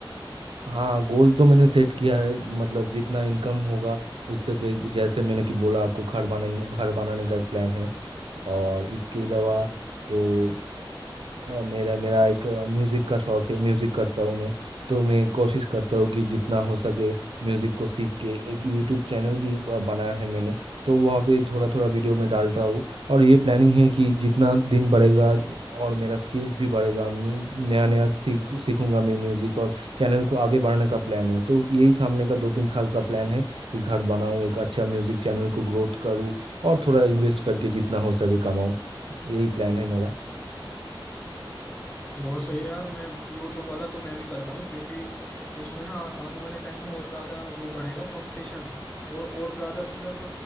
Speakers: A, on the right (about 85°); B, on the left (about 15°).
A: हाँ गोल तो मैंने सेट किया है मतलब जितना इनकम होगा उससे तो एक जैसे मैंने कि बोला आपको घर बनाने घर बनाने का एक प्लान है और इसके अलावा तो अ, मेरा मेरा एक म्यूज़िक का शौक है म्यूज़िक करता हूँ मैं तो मैं कोशिश करता हूँ कि जितना हो सके म्यूज़िक को सीख के एक यूट्यूब चैनल भी अ, बनाया है मैंने तो वहाँ पे थोड़ा थोड़ा वीडियो में डालता हूँ और ये प्लानिंग है कि जितना दिन बढ़ेगा और मेरा स्किल्स भी बढ़ेगा नया नया सीख सीखूंगा मैं म्यूज़िक और चैनल को आगे बढ़ाने का प्लान है तो यही सामने का दो तीन साल का प्लान है कि घर बनाऊँ एक अच्छा म्यूज़िक चैनल को ग्रोथ करूँ और थोड़ा इन्वेस्ट करके जितना हो सके कमाऊँ यही प्लान है मेरा
B: बहुत सही है यार मैं यूट्यूब वाला तो मैं भी करता हूँ क्योंकि उसमें ना आने वाले टाइम में और ज्यादा वो बढ़ेगा कंपटीशन और और ज्यादा मतलब